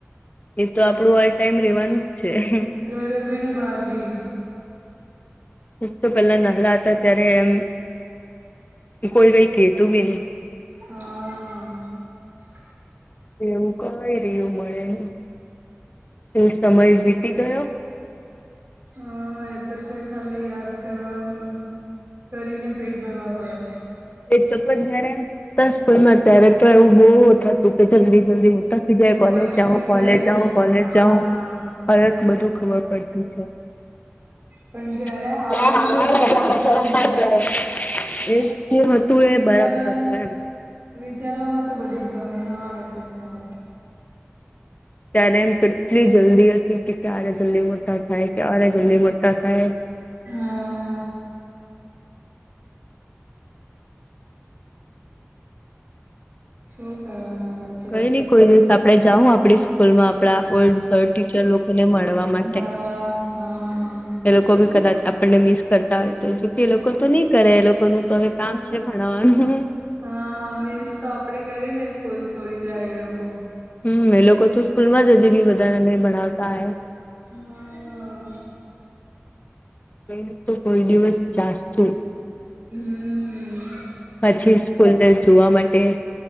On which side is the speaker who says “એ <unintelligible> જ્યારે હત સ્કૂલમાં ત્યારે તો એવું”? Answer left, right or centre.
Left